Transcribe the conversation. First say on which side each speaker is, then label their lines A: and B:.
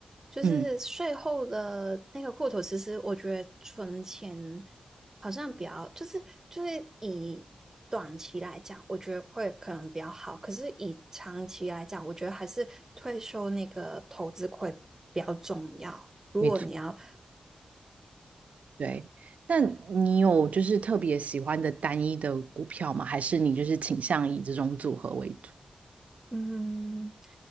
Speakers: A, on the right; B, on the right.
A: 就是税后的那个户头，
B: 嗯，
A: 其实我觉得存钱好像比较，就是就是以短期来讲，我觉得会可能比较好。可是以长期来讲，我觉得还是退休那个投资会比较重要。如果你要
B: 没错，对。那你有就是特别喜欢的单一的股票吗？还是你就是倾向以这种组合为主？
A: 嗯，